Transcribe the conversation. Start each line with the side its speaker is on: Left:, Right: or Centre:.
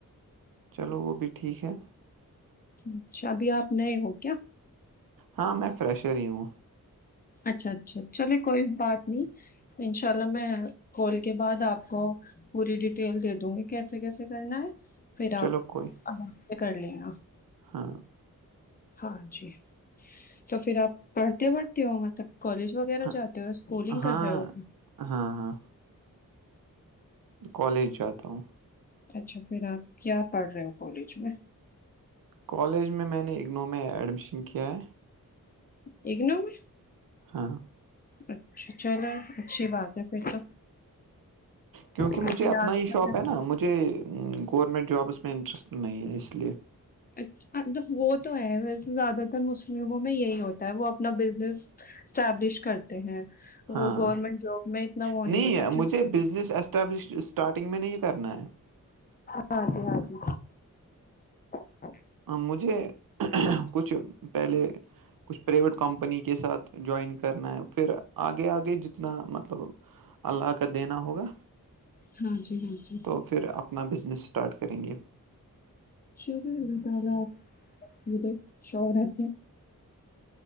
Right: چلو وہ بھی ٹھیک ہے
Left: اچھا ابھی آپ نئے ہ کیا
Right: ہاں میں فریشر ہی ہوں
Left: اچھا اچھا چلے کوئی بات نہیں انشاء اللہ میں کال کے بعد آپ کو پوری ڈیٹیل دے دوں گی کیسے کیسے کرنا ہے پھر
Right: چلو
Left: آپ
Right: کوئی
Left: آرام سے کر لینا
Right: ہاں
Left: ہاں جی تو پھر آپ پڑھتے وڑھتے ہو مطلب کالج وغیرہ
Right: ہاں،
Left: جاتے ہو اسکولنگ
Right: ہاں،
Left: کر رہے ہو
Right: ہاں ہاں کالج جاتا ہوں
Left: اچھا پھر آپ کیا پڑھ رہے ہو کالج میں
Right: کالج میں میں نے اگنو میں ایڈمیشن کیا ہے
Left: ایکن میں
Right: ہاں
Left: اچھا چلو اچھی بات ہے پھر تو
Right: کیونکہ
Left: پھر
Right: مجھے اپنا
Left: آگے
Right: ہی
Left: کا
Right: شاپ
Left: پھر-
Right: ہے نا مجھے گورمنٹ جابس میں انٹرسٹ نہیں ہے اس لیے
Left: اچھ وہ تو ہے ویسے زیادہ تر مسلموں میں یہی ہوتا ہے وہ اپنا بزنس اسٹبلش کرتے ہیں
Right: ہاں
Left: وہ گورنمنٹ جاب میں اتنا وہ
Right: نہیں
Left: ہوتا کیوں
Right: مجھے بزنس اسٹبلش اسٹارٹنگ میں نہیں یہ کرنا ہے
Left: ہاں جی ہاں جی ا
Right: مجھے کچھ پہلے کچھ پرریویٹ کمپنی کے ساتھ جوائن کرنا ہے پھر آگے آگے جتنا مطلب اللہ کا دینا ہوگا
Left: ہاں جی ہاں جی
Right: تو پھر اپنا بزنس اسٹارٹ کریں گے
Left: شر اللہ تعالیپ شرت